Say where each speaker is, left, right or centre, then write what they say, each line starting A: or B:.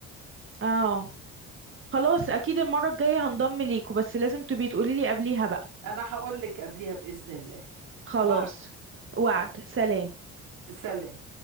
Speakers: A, on the right (about 35°); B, on the right (about 70°).
A: اه خلاص اكيد المرة الجاية هنضم ليكوا بس لازم تبقي تقولي لي قبليها بقى
B: أنا هقول لك قبليها بإذن الله
A: خلاص
B: وعد
A: وعد سلام
B: سلام